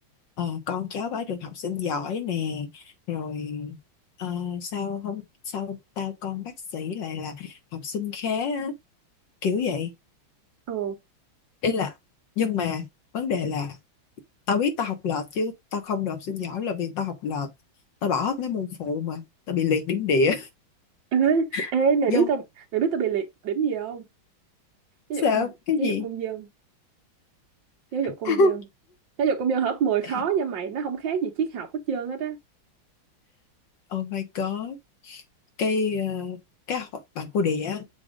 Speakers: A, on the left; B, on the right.
A: ờ, Con cháu bá được học sinh giỏi nè Rồi ờ, sao không Sao tao con bác sĩ lại là Học sinh khá á, Kiểu vậy
B: ồ
A: Ý là Nhưng mà vấn đề là tao biết tao học lệch chứ tao không được học sinh giỏi là vì tao học lệch tao bỏ hết mấy môn phụ mà tao bị liệt điểm địa
B: ê
A: <laughs>
B: ê mày
A: vô
B: biết tao mày biết tao bị liệt điểm gì không giáo
A: sao
B: dục
A: cái
B: giáo
A: gì
B: dục công dân giáo dục công
A: <laughs>
B: dân Giáo dục công dân hợp 10 khó
A: Ê,
B: nha mày, nó không khác gì triết học hết trơn hết á.
A: oh my god cái ờ, cái hội- bà cô địa á,